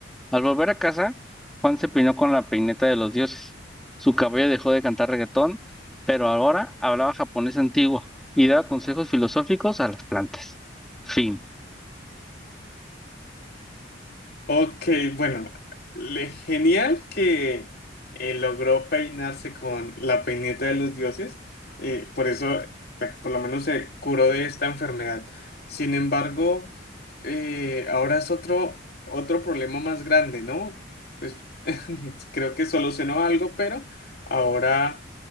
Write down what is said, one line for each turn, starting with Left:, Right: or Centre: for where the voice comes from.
Centre: Al volver a casa, Juan se peinó con la peineta de los dioses. Su cabello dejó de cantar reggaetón, pero ahora hablaba japonés antiguo y daba consejos filosóficos a las plantas. Fin.
Left: Ok, bueno, le- genial que eh, logró peinarse con la peineta de los dioses, eh, por eso, bueno, por lo menos se curó de esta enfermedad. Sin embargo, eh, ahora es otro, otro problema más grande, ¿no? Pues <laughs> creo que solucionó algo, pero ahora